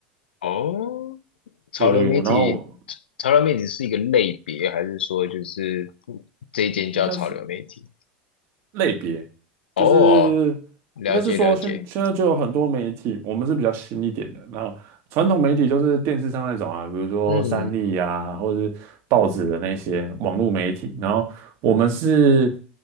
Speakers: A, on the left; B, on the right.
A: 哦，潮流媒体，
B: 对对，我然后我
A: 潮流媒体是一个类别，还是说就是这一间叫潮流媒体？
B: 应应该是。类别，
A: 哦，
B: 就是
A: 了解了解，
B: 应该是说现现在就有很多媒体，我们是比较新一点的。然后传统媒体就是电视上那种啊，比如说三立啊，
A: 嗯。
B: 或者是报纸的那些网络媒体。然后我们是